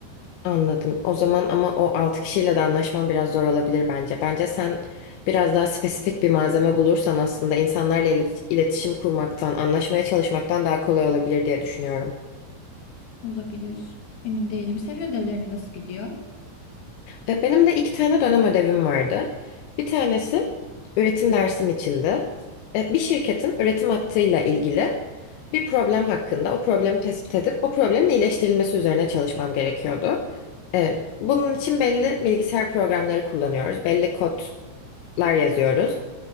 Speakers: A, on the left (about 80°); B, on the left (about 60°).
A: Anladım. O zaman ama o 6 kişiyle de anlaşman biraz zor olabilir bence. Bence sen biraz daha spesifik bir malzeme bulursan aslında insanlarla ilet- iletişim kurmaktan, anlaşmaya çalışmaktan daha kolay olabilir diye düşünüyorum.
B: Olabilir. Emin değilim. Senin ödevlerin nasıl gidiyor?
A: E, Benim de iki tane dönem ödevim vardı. Bir tanesi üretim dersim içindi. E, Bir şirketin üretim hattıyla ilgili bir problem hakkında o problemi tespit edip o problemin iyileştirilmesi üzerine çalışmam gerekiyordu. E, Bunun için belli bilgisayar programları kullanıyoruz. Belli kod lar yazıyoruz.